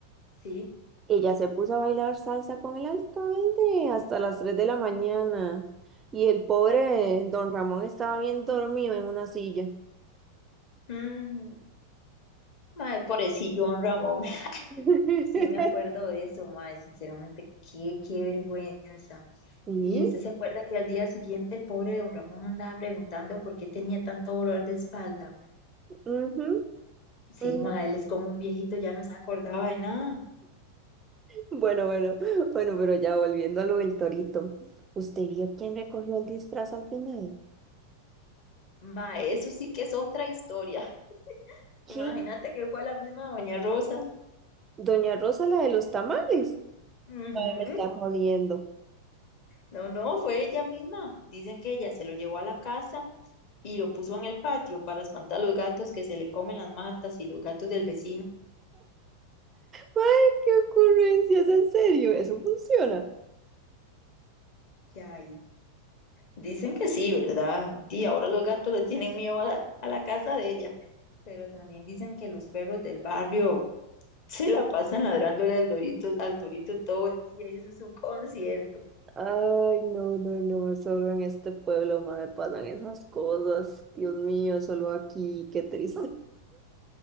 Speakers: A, on the left; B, on the right.
A: Sí.
B: Ella se puso a bailar salsa con el alcalde hasta las 3 de la mañana y el pobre don Ramón estaba bien dormido en una silla.
A: Mm, mae, pobrecillo don Ramón.
B: <laughs>
A: Sí me acuerdo de eso, mae, sinceramente, qué, qué vergüenza.
B: Sí,
A: Y usted se acuerda que al día siguiente el pobre don Ramón andaba preguntando por qué tenía tanto dolor de espalda.
B: ujú,
A: Sí,
B: ujú.
A: mae, él es como un viejito, ya no se acordaba de nada.
B: Bueno, bueno, <laughs> bueno, pero ya volviendo a lo del torito. ¿Usted vio quién recogió el disfraz al final?
A: Mae, eso sí que es otra historia. <laughs>
B: ¿Qué?
A: Imagínate que fue la misma doña Rosa.
B: Doña Rosa, la de los tamales.
A: Ujú.
B: Ay, me está jodiendo.
A: No, no, fue ella misma. Dicen que ella se lo llevó a la casa y lo puso en el patio para espantar a los gatos que se le comen las matas y los gatos del vecino.
B: Ay, qué ocurrencias, en serio, eso funciona.
A: Ya, Dicen que sí, ¿verdad? Y ahora los gatos le tienen miedo a la, a la casa de ella, pero también dicen que los perros del barrio se la pasan ladrándole al dorito, al torito todo el día y eso es su concierto.
B: Ay, no, no, no, solo en este pueblo me pasan esas cosas. Dios mío, solo aquí, qué triste.